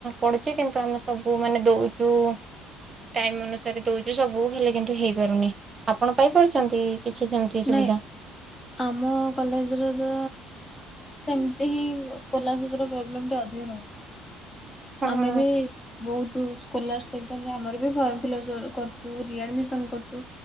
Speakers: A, on the right; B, on the left.
A: ପଡୁଛି କିନ୍ତୁ ଆମେ ସବୁ ମାନେ ଦଉଛୁ। ଟାଇମ୍ ଅନୁସାରେ ଦଉଛୁ, ସବୁ ହେଲେ କିନ୍ତୁ ହେଇପାରୁନି ଆପଣ ପାଇପାରୁଛନ୍ତି? କିଛି ସେମିତି ସୁବିଧା?
B: ନାଇଁ ଆମ କଲେଜ ର ତ ସେମିତି ହିଁ ସ୍କୋଲାର ଶିପ୍ ପ୍ରୋବ୍ଲେମ୍ ଟା ଅଧିକ ରହୁଛି।
A: ହଁ
B: ଆମେ ବି ବହୁତ ସ୍କୋଲାର ସିପ ଆମର ବି ଫୁମି କରୁଛ ରେ ଆଡମିଶନ କରୁଚୁ